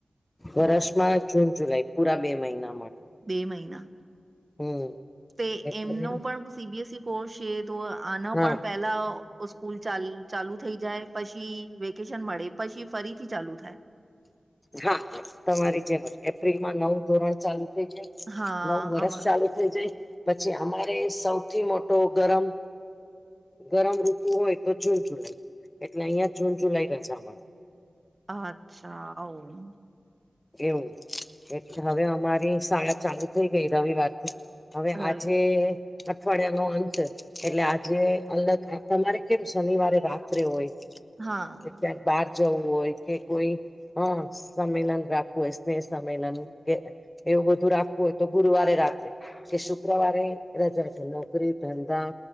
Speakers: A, on the left; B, on the right.
A: વર્ષમાં જૂન જુલાઈ પૂરા બે મહિના મળે.
B: બે મહિના.
A: <inaudible>
B: તે
A: એટલે
B: એમનો પણ સીબીએસઇ કોર્સ છે તો આનો
A: હા
B: પણ પેલા સ્કૂલ ચા ચાલુ થઈ જાય પછી વેકેશન મળે પછી ફરીથી ચાલુ થાય.
A: હા તમારી જેમ એપ્રિલમાં નવું ધોરણ ચાલુ થઈ જાય
B: હા
A: નવું વર્ષ
B: અમાર
A: ચાલુ. થઈ જાય પછી અમારે સૌથી મોટો ગરમ ગરમ ઋતુ હોય તો જૂન જુલાઈ એટલે અહિયાં જૂન જુલાઈ રજા મળે.
B: અચ્છા આઉં
A: એવું એટલે હવે અમારી શાળા ચાલુ થઈ ગઈ રવિવારથી હવે
B: રવિ
A: આજે અઠવાડિયા નો અંત એટલે આજે અલગ આ તમારે કેમ શનિવારે રાત્રે હોય
B: હા
A: કે ક્યાંક બહાર જવું હોય કે કોઈ હ સંમેલન રાખવું હોય સ્નેહ સંમેલન એવું બધું રાખવું હોય તો ગુરુવારે રાત્રે કે શુક્રવારે રજા છે નોકરી ધંધા